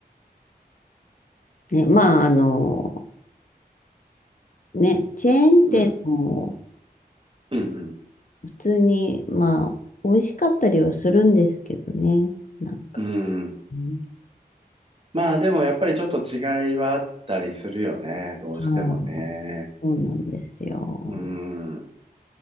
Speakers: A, on the left (about 50°); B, on the right (about 35°).
A: ね。まあ、あの、ね、チェーン店も
B: うん。うん。
A: 普通に、まあ、美味しかったりはするんですけどね。なんか。
B: うん
A: うん
B: まあ、でもやっぱりちょっと違いはあったりするよね。どうしてもね。
A: はい、そうなんですよ。
B: うん。